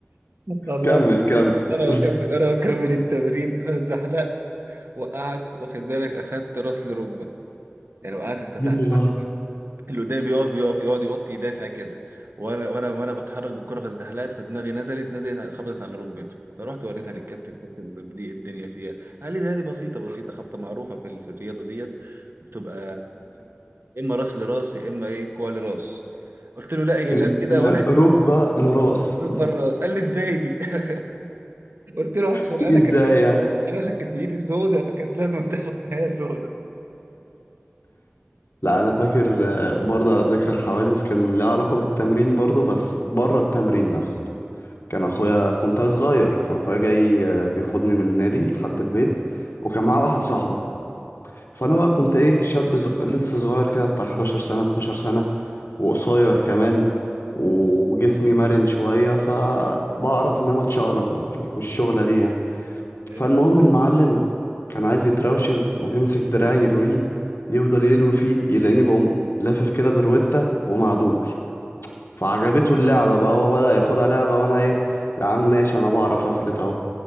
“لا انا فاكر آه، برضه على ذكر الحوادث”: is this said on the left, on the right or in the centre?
Left